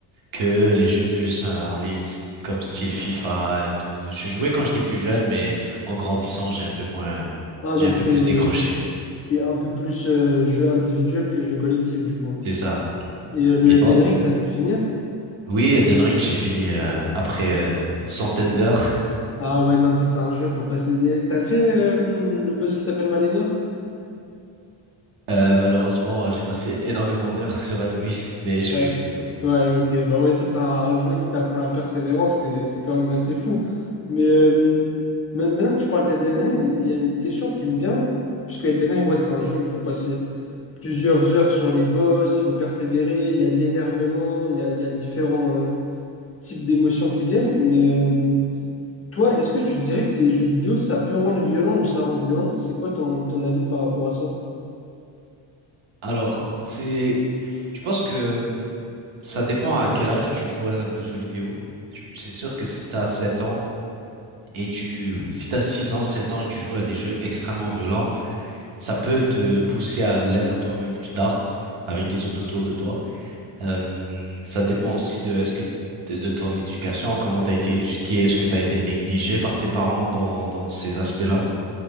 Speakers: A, on the right (about 80°); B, on the left (about 30°).
A: que les jeux plus euh, en ligne s- comme style FIFA et tout. J'ai joué quand j'étais plus jeune, mais en grandissant, j'ai un peu moins,
B: Ah,
A: j'ai
B: donc
A: un peu
B: t'es,
A: plus décroché.
B: t'es un peu plus euh, jeu individuel que jeu collectif, du coup.
A: C'est ça.
B: Et euh, le
A: Et
B: Elden
A: toi?
B: Ring, t'as pu le finir?
A: Oui, Elden Ring, j'ai fini euh, après euh, une centaine d'heures.
B: Ah ouais, non, ça c'est un jeu, faut passer. T'as fait euh, le boss qui s'appelle Malenia?
A: Euh, malheureusement, euh, j'ai passé énormément d'heures <laughs> sur elle, oui, mais j'ai
B: Ouais,
A: réussi. oui.
B: Ouais, ok, bah ouais, ça c'est un, un jeu qui t'apprend la persévérance, c'est c'est quand même assez fou. Mais euh, ma- maintenant que tu parles d'Elden Ring, il y a une question qui me vient, puisque Elden Ring, ouais, c'est un jeu où il faut passer plusieurs heures sur les boss, il faut persévérer, il y a de l'énervement, il y a, il y a différents euh, types d'émotions qui viennent, mais Toi, est-ce que tu dirais que les jeux vidéo, ça peut rendre violent ou ça rend violent? C'est quoi ton, ton avis par rapport à ça?
A: Alors, c'est, je pense que euh, ça dépend à quel âge tu joues à- aux jeux vidéo. Je- C'est sûr que si t'as 7 ans et tu, si t'as 6 ans, 7 ans et tu joues à des jeux extrêmement violents, Ça peut te pousser à l'être toi-même plus tard avec les autres autour de toi. Euh, ça dépend aussi de est-ce que de, de ton éducation, comment tu as été éduqué, est-ce que tu as été négligé par tes parents dans, dans ces aspects-là.